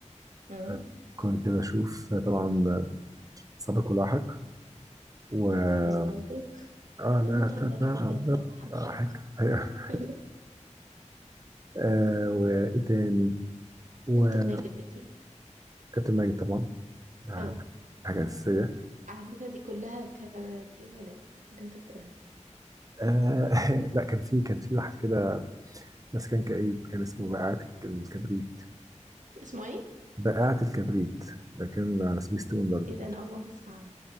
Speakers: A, on the right; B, on the right.
A: امم
B: آه، كنت بشوف طبعا سابق ولاحق و
A: سابق
B: اه
A: لا
B: لا تتردد
A: تتردد لاحق
B: ضحك <laughs>
A: ايوه
B: آه، وايه تاني وكابتن
A: كابتن ماجد اكيد
B: ماجد طبعا ده
A: اه
B: حاجة أساسية
A: على فكرة دي كلها كراتين ولاد اللي انت بتقولها دي
B: آه <laughs> لا كان في كان في واحد كده بس كان كئيب كان اسمه بقعة الكبريت
A: اسمه ايه؟
B: بقعة الكبريت ده كان على سبيستون برضه
A: ايه ده انا اول مرة اسمع عنه